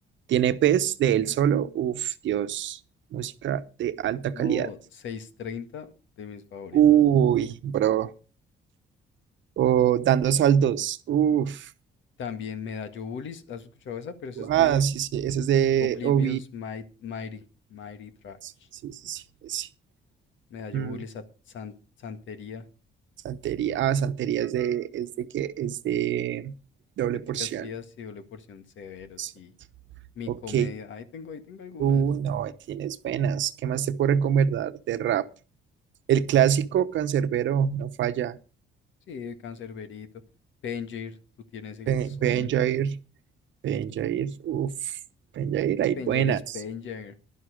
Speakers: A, on the right; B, on the left.
A: Tiene E pes de él solo. Uf, Dios. Música de alta calidad.
B: No, seis treinta de mis favoritas.
A: Uy, bro. O dando saltos. Uf.
B: También Medallo Bullies. ¿Has escuchado esa? Pero esa es
A: Ah,
B: de
A: sí, sí. Ese es de
B: Oblivion's
A: Obi.
B: Might- Mighty. Mighty Trash.
A: Sí, sí, sí. sí, ese.
B: Medallo
A: Mm,
B: Bullies, Sa- San- Santería.
A: Santería. Ah, Santería es de, es de que es de doble
B: Métricas
A: porción.
B: frías y doble porción severo,
A: Sí.
B: sí. Mi
A: Ok.
B: comedia. Ahí tengo, ahí tengo algunas.
A: Uh, no, ahí tienes buenas. ¿Qué más te puedo recomendar de rap? El clásico cancerbero no falla.
B: Sí, Cancerberito. Penger, tú tienes el
A: Ben,
B: son.
A: Ben Jair, Ben Jair, uff, Ben Jair,
B: Es que
A: hay
B: Penger
A: buenas.
B: es Penger.